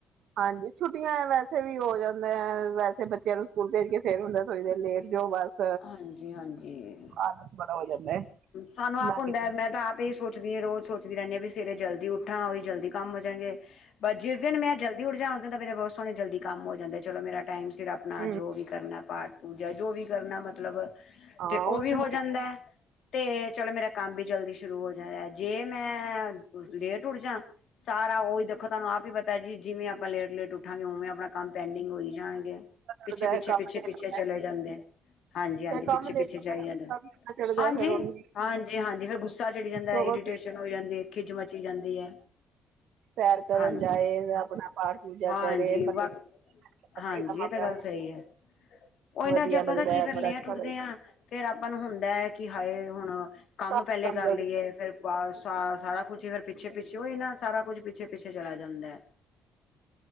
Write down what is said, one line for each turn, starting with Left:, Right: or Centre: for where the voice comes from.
Right: ਹਾਂਜੀ, ਛੁੱਟੀਆਂ ਵੈਸੇ ਵੀ ਹੋ ਜਾਂਦਾ ਹੈ ਵੈਸੇ ਬੱਚਿਆਂ ਨੂੰ ਸਕੂਲ ਭੇਜ ਕੇ ਫੇਰ ਹੁੰਦਾ ਥੋੜੀ ਦੇਰ ਲੇਟ ਜੋ ਬਸ
Left: ਹਾਂਜੀ-ਹਾਂਜੀ,
Right: ਆਲਸ ਬੜਾ ਹੋ ਜਾਂਦਾ ਹੈ
Left: ਸਾਨੂੰ ਆਪ
Right: ਨਾ
Left: ਹੁੰਦਾ
Right: ਕਿ
Left: ਮੈਂ ਤਾਂ ਆਪ ਹੀ, ਸੋਚਦੀ ਰੋਜ ਸੋਚਦੀ ਰਿੰਹਨੀ ਹਾਂ ਵੀ, ਸਵੇਰੇ ਜਲਦੀ ਉੱਠਾ ਉਹ ਹੀ ਜਲਦੀ। ਕੰਮ ਹੋ ਜਾਣਗੇ। ਬਸ ਜਿਸ ਦਿਨ ਮੈਂ ਜਲਦੀ ਉੱਠ ਜਾ। ਉਹਦਾ ਦਾ ਮੇਰਾ ਬੋਸ। ਉਹਨਾ ਜਲਦੀ ਕੰਮ ਹੋ ਜਾਂਦਾ ਜਦੋਂ ਮੇਰਾ ਟਾਈਮ ਸਿਰ ਆਪਣਾ
Right: ਹਮ
Left: ਜੋ ਵੀ ਕਰਨਾ ਪਾਠ ਪੂਜਾ ਜੋ ਵੀ। ਕਰਨਾ ਮਤਲਬ
Right: ਹਾਂ
Left: ਤੇ ਉਹ ਵੀ
Right: ਤਾਂ
Left: ਹੋ
Right: ਹੈ
Left: ਜਾਂਦਾ
Right: ਹੀ।
Left: ਹੈ। ਤੇ ਚਲੋ ਮੇਰਾ ਕੰਮ ਵੀ ਜਲਦੀ ਸ਼ੁਰੂ ਹੋ ਜਾਂਦਾ ਜੇ ਮੈਂ ਕੁਝ ਲੇਟ ਉੱਠ ਜਾ ਸਾਰਾ ਉਹੀ ਦੇਖੋ ਤੁਹਾਨੂੰ ਆਪ ਹੀ ਪਤਾ ਜੀ ਜਿਵੇਂ ਆਪਾਂ ਲੇਟ ਲੇਟ ਉੱਠਾਂਗੇ ਉਵੇਂ ਆਪਾਂ। ਆਪਣਾ ਕੰਮ ਪੈਂਡਿੰਗ ਹੋਈ ਜਾਣਗੇ ਪਿੱਛੇ
Right: ਚੜਦਾ
Left: ਪਿੱਛੇ
Right: ਹੈ ਕੰਮ
Left: ਪਿੱਛੇ
Right: ਲੇਟ
Left: ਪਿੱਛੇ
Right: ਹੁੰਦਾ
Left: ਚਲੇ ਜਾਂਦੇ। ਹਾਂਜੀ ਹਾਂਜੀ
Right: ਫਿਰ
Left: ਪਿੱਛੇ
Right: ਕੰਮ
Left: ਪਿੱਛੇ
Right: ਲੇਟ ਹੁੰਦਾ
Left: ਜਾਈ ਜਾਂਦਾ
Right: ਚੜਦਾ
Left: ਹਾਂਜੀ
Right: ਫਿਰ ਉਹਨੂੰ
Left: ਹਾਂਜੀ ਹਾਂਜੀ ਫਿਰ ਗੁੱਸਾ ਚੜੀ ਜਾਂਦਾ
Right: ਸਗੋਂ
Left: ਇਰੀਟੇਸ਼ਨ ਹੋ ਜਾਂਦੀ ਖਿਜ ਮਚੀ ਜਾਂਦੀ ਹੈ
Right: ਸੈਰ ਕਰਨ
Left: ਹਾਂਜੀ
Right: ਜਾਏ ਆਪਣਾ ਪਾਠ ਪੂਜਾ
Left: ਹਾਂਜੀ
Right: ਕਰੇ
Left: ਵ
Right: ਇੱਕਦਮ
Left: ਹਾਂਜੀ ਇਹ
Right: ਆਪਣੇ
Left: ਤਾਂ ਗੱਲ
Right: ਆਪ ਨੂੰ
Left: ਸਹੀ ਹੈ ਉਹੀ ਨਾ
Right: ਵਧੀਆ
Left: ਜੇ ਅਪਾ
Right: ਲੱਗਦਾ
Left: ਕਈ
Right: ਹੈ
Left: ਵਾਰ
Right: ਬੜਾ
Left: ਲੇਟ
Right: ਅੱਛਾ
Left: ਉੱਠਦੇ
Right: ਲੱਗਦਾ
Left: ਆ ਫੇਰ ਆਪਾਂ ਨੂੰ ਹੁੰਦਾ ਹੈ ਕਿ ਹਾਏ ਹੁਣ। ਹਾ ਕੰਮ
Right: ਸਾਰੇ
Left: ਪਹਿਲੇ ਕਰ
Right: ਜਲਦੀ
Left: ਲਈਏ ਫੇਰ ਬਸ ਸਾਰਾ ਕੁਛ ਫਿਰ ਪਿੱਛੇ ਪਿੱਛੇ ਹੋਏ ਨਾ ਸਾਰਾ ਕੁਛ ਪਿੱਛੇ ਪਿੱਛੇ ਚਲਾ ਜਾਂਦਾ ਹੈ।